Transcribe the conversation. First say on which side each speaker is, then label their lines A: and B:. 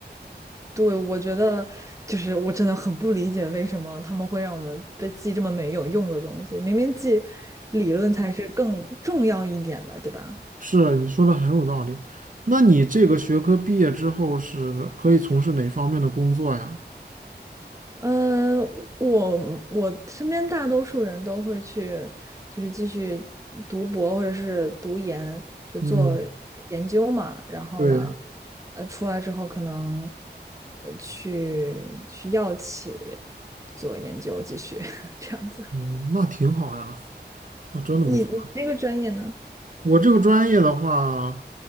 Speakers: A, on the right; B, on the right.
A: 对，我觉得就是我真的很不理解为什么他们会让我们被记这么没有用的东西，明明记理论才是更重要一点的，对吧？
B: 是啊，你说的很有道理。那你这个学科毕业之后是可以从事哪方面的工作呀？
A: 呃，我我身边大多数人都会去，就是继续读博或者是读研，就做
B: 嗯，
A: 研究嘛。然后呢，
B: 对，
A: 呃，出来之后可能呃去去药企做研究，继续 <laughs> 这样子。
B: 嗯，那挺好呀，那真的不错。
A: 你你这个专业呢？
B: 我这个专业的话，